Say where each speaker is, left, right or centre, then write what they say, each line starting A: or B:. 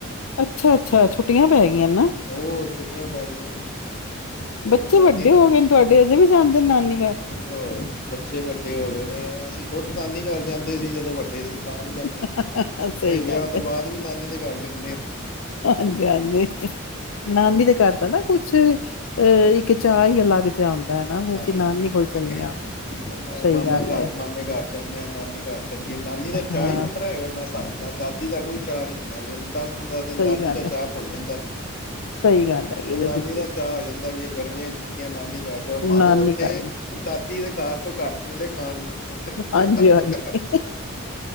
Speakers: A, on the left (about 80°); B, on the left (about 45°).
A: ਅੱਛਾ! ਅੱਛਾ! ਛੁੱਟੀਆਂ ਪੈ ਗਈਆਂ ਨਾ,
B: ਉਹ ਛੁੱਟੀਆਂ ਪੈ ਗਈਆਂ ਔਰ
A: ਬੱਚੇ
B: ਨਾਨੀ
A: ਵੱਡੇ
B: ਨੂੰ
A: ਹੋ ਗਏ। ਤੁਹਾਡੇ ਅਜੇ ਵੀ ਜਾਂਦੇ ਨੇ ਨਾਨੀ ਘਰ।
B: ਲੋ ਬੱਚੇ ਵੱਡੇ ਹੋ ਗਏ ਨੇ, ਅਸੀਂ ਖੁਦ ਨਾਨੀ ਕਰ ਜਾਂਦੇ ਸੀ ਜਦੋਂ ਵੱਡੇ ਸੀ। ਤਾਂ ਵੀ ਜਾਂਦੇ
A: ਘਰ
B: ਸੀ।
A: ਸਹੀ
B: ਅਜ ਵਿਆਹ,
A: ਗੱਲ
B: ਤੋਂ
A: ਹੈ
B: ਬਾਅਦ ਵੀ ਨਾਨੀ ਦੇ ਘਰ ਚ। ਹਦੇ
A: ਹਾਂਜੀ, ਹਾਂਜੀ, ਨਾਨੀ ਦੇ ਘਰ ਦਾ ਨਾ ਕੁਛ ਅਹ ਇੱਕ ਚਾਅ ਹੀ ਅਲੱਗ ਜਿਹਾ ਆਉਂਦਾ ਹੈ, ਨਾ ਵੀ
B: ਹਾਂ
A: ਅਸੀਂ ਨਾਨੀ ਕੋਲ ਚੱਲੇ ਹਾਂ।
B: ਬ
A: ਸਹੀ
B: ਮਾਮਾ
A: ਗੱਲ
B: ਘਰ,
A: ਹੈ
B: ਮਾਮੇ ਘਰ ਚੱਲਦੇ ਆ, ਨਾਨੀ ਘਰ ਚੱਲੀਏ ਨਾਨੀ ਦਾ ਚਾਹ
A: ਹਾਂ
B: ਹੀ ਵੱਖਰਾ ਹੈਗਾ ਮੈਂ ਹਿਸਾਬ ਦਾਦੀ ਦਾ ਕੋਈ ਚਾਅ ਨੀ ਹੁੰਦਾ ਵੇ ਦਸ, ਪੰਦਰਾਂ ਦਿਨ
A: ਸਹੀ
B: ਦਾਦੀ
A: ਗੱਲ
B: ਦਾ
A: ਹੈ
B: ਚਾਹ ਭੁੱਲ ਜਾਂਦਾ ਬੰਦਿਆਂ ਨੂੰ।
A: ਸਹੀ ਗੱਲ ਹੈਗੀ
B: ਉਹ ਨਾਨੀ
A: ਬਿਲਕੁਲ
B: ਦਾ ਚਾਹ ਆ ਜਾਂਦਾ ਵੀ ਇੱਕ ਗਰਮੀਆਂ ਛੱਟੀਆਂ ਨਾਨੀ ਜਾ ਜਾਓ ਭਾਵੇਂ
A: ਨਾਨੀ
B: ਉੱਥੇ
A: ਘਰ
B: ਦਾਦੀ ਦੇ ਖਾਣ ਤੋਂ ਘੱਟ ਮਿਲੇ ਖਾਣ ਨੂੰ ਲੇਕਿਨ
A: ਹਾਂਜੀ,
B: ਨਾਨੀ
A: ਹਾਂਜੀ
B: ਘਰ